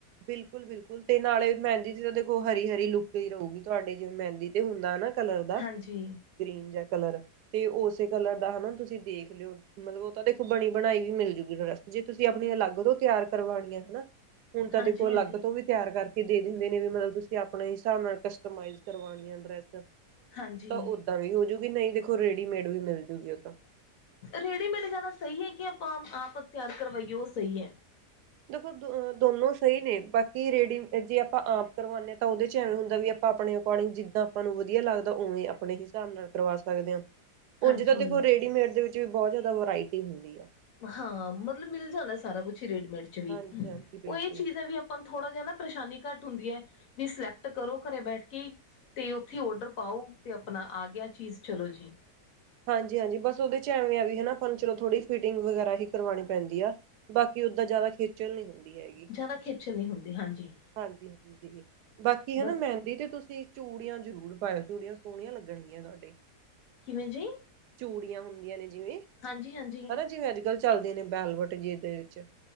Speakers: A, on the right; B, on the left.
A: ਬਿਲਕੁਲ-ਬਿਲਕੁਲ ਤੇ ਨਾਲੇ ਮਹਿੰਦੀ ਜੀ ਤਾਂ ਦੇਖੋ ਹਰੀ-ਹਰੀ ਲੂਕ। ਫੇਰ ਹੳਗੀ ਤੁਹਾਡੇ ਜਿਵੇ ਮਹਿੰਦੀ ਤੇ ਹੁੰਦਾ ਨਾ ਕਲਰ ਦਾ
B: ਹਾਂਜੀ
A: ਗ੍ਰੀਨ ਜਾਂ ਕਲਰ। ਤੇ ਉਸੇ ਕਲਰ ਦਾ ਹਨਾ ਤੁਸੀ ਦੇਖ ਲਿਓ। ਮਤਲਬ ਉਹ ਤਾਂ ਦੇਖੋ ਬਣੀ ਬਣਾਈ ਵੀ। ਮਿਲ ਜੂਗੀ ਡਰੈਸ ਜੇ ਤੁਸੀ ਆਪਣੀਆਂ ਅਲਗੋ ਤਿਆਰ ਕਰਵਾਉਣੀਆਂ ਹਨ। ਹੁਣ ਤਾਂ
B: ਹਾਂਜੀ
A: ਦੇਖੋ ਅਲੱਗ
B: ਹਾਂਜੀ
A: ਤੋ ਵੀ। ਤਿਆਰ ਕਰਕੇ ਦੇ ਦਿੰਦੇ ਨੇ ਵੀ। ਮਤਲਬ ਤੁਸੀ ਆਪਣੇ ਹਿਸਾਬ ਨਾਲ ਕਸਟਮਈਟ ਫਿਟਿੰਗ ਕਰਵਾ ਡਰੈਸ।
B: ਹਾਂਜੀ
A: ਤਾਂ ਓਦਾਂ ਵੀ ਹੋਜੂਗੀ ਨਹੀ। ਦੇਖੋ ਰੇਡੀਮੇਡ ਵੀ ਮਿਲਜੂਗੀ ਉਹਦ ਤਾਂ।
B: ਰੇਡੀਮੇਡ ਜਿਆਦਾ ਸਹੀ ਹੈ। ਕਿ ਆਪਾਂ ਆਪ ਤਿਆਰ ਕਰਵਾਈਏ ਉਹ ਸਹੀ ਹੈ।
A: ਦੇਖੋ ਦੋਹ ਦੋਨੋ ਸਹੀ ਨੇ। ਬਾਕੀ ਰੇਡੀ ਜੇ ਆਪਾਂ ਆਪ ਕਰਵਾਉਦੇ ਹਾਂ। ਤਾਂ ਉਹਦੇ 'ਚ ਐਵੇ ਹੁੰਦਾ ਵੀ। ਆਪਾਂ ਆਪਣੇ ਅਕੋਰਡਿੰਗ ਜਿੰਦਾਂ ਆਪਾਂ ਨੂੰ ਵਧੀਆ ਲੱਗਦਾ ਉਵੇ ਆਪਣੇ ਹਿਸਾਬ ਨਾਲ ਕਰਵਾ ਸਕਦੇ ਹਾਂ।
B: ਹਾਂਜੀ
A: ਉਝ ਤਾਂ ਦੇਖੋ ਰੇਡੀਮੇਡ ਦੇ ਵਿਚ ਵੀ ਬਹੁਤ ਜ਼ਿਆਦਾ ਵਰਾਇਟੀ ਹੁੰਦੀ ਆ।
B: ਹਾਂ ਮਤਲਬ ਮਿਲ ਜਾਂਦਾ ਸਾਰਾ ਕੁਛ ਹੀ ਰੇਡੀਮੇਡ 'ਚ ਵੀ।
A: ਹਾਂਜੀ ਹਾਂਜੀ ਬਿਲਕੁਲ
B: ਉਹ ਇਹ ਚੀਜ ਹੈ। ਵੀ ਆਪਾਂ ਥੋੜਾ ਜਿਹਾ ਨਾ ਪਰੇਸ਼ਾਨੀ ਘੱਟ ਹੁੰਦੀ ਹੈ। ਵੀ ਸਿਲੈਕਟ ਕਰੋ ਘਰੇ ਬੈਠ ਕੇ ਹੀ। ਤੇ ਉੱਥੇ ਓਡਰ ਪਾਓ। ਤੇ ਆਪਣਾ ਆ ਗਿਆ ਚੀਜ਼ ਚਲੋ ਜੀ।
A: ਹਾਂਜੀ-ਹਾਂਜੀ ਬਸ ਉਹਦੇ ਚ ਐਵੇਂ ਆ ਵੀ ਹਨਾ ਫ ਚਲੋ ਥੋੜ੍ਹੀ ਫਿਟਿੰਗ ਵਗੈਰਾ ਹੀ ਕਰਵਾਣੀ ਪੈਂਦੀ ਆ। ਬਾਕੀ ਓਦਾਂ ਜ਼ਿਆਦਾ। ਖੇਚਲ ਨਹੀ ਹੁੰਦੀ। ਹੈਗੀ
B: ਜ਼ਿਆਦਾ ਖੇਚਲ ਨਹੀਂ ਹੁੰਦੀ ਹਾਂਜੀ
A: ਹਾਂਜੀ-ਹਾਂਜੀ ਬਾਕੀ
B: ਬਸ
A: ਹਨਾ। ਮੈਂ ਦੀਦੀ ਤੁਸੀਂ ਚੂੜੀਆਂ ਜ਼ਰੂਰ ਪਾਇਓ। ਚੂੜੀਆਂ ਸੋਹਣੀਆਂ ਲੱਗਣਗੀਆਂ। ਤੁਹਾਡੇ
B: ਕਿਵੇਂ ਜੀ
A: ਚੂੜੀਆਂ ਹੁੰਦੀਆਂ ਨੇ ਜਿਵੇਂ
B: ਹਾਂਜੀ ਹਾਂਜੀ
A: ਪਤਾ ਜਿਵੇਂ ਅੱਜ-ਕੱਲ੍ਹ। ਚੱਲਦੇ ਨੇ ਬੈਲਵਟ ਜਿਦੇ ਵਿੱਚ